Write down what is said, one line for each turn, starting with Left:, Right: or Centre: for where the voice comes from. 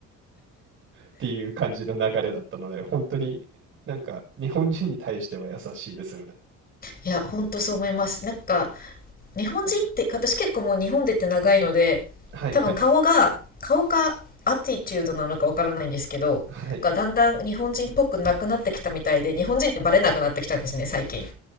Right: っていう感じの流れだったので、本当になんか日本人に対しては優しいですよね。
Left: いや、ほんとそう思います。なんか、日本人って私結構もう日本でって長いので多分顔が顔かアティチュードなのかわからないんですけどがだんだん日本人っぽくなくなってきたみたいで日本人ってバレなくなってきたんですね最近
Right: はいはい。はい。